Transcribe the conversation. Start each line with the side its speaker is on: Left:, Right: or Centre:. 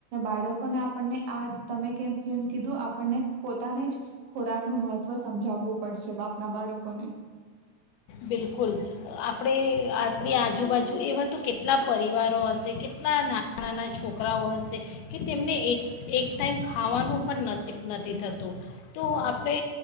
Right: બાળકોને આપણને આ તમે જેમ કીધું આપણને. પોતાને જ ખોરાકનું મહત્વ સમજાવવું પડશે બાપના બાળકોને.
Left: બિલકુલ આપણે આપણી આજુબાજુ એવા તો કેટલા પરિવારો હશે કેટલા નાના નાના છોકરાઓ હશે કે તેમને એક એક ટાઈમ ખાવાનું પણ નસીબ નથી થતું તો આપણે